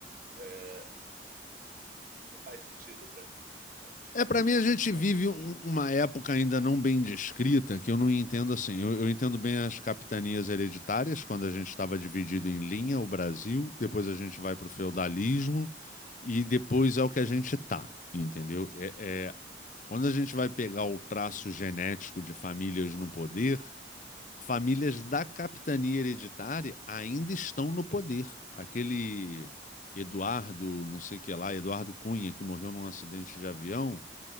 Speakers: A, on the right; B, on the left.
A: é, não faz sentido para mim, assim, sabe? Tipo,
B: É, para mim a gente
A: não faz
B: vive
A: sentido.
B: um- uma época ainda não bem descrita, que eu não entendo assim. Eu, eu entendo bem as capitanias hereditárias, quando a gente estava dividido em linha, o Brasil, depois a gente vai para o feudalismo e depois é o que a gente tá, entendeu? É, é- quando a gente vai pegar o traço genético de famílias no poder, famílias da capitania hereditária ainda estão no poder. Aquele Eduardo, não sei o que lá, Eduardo Cunha, que morreu num acidente de avião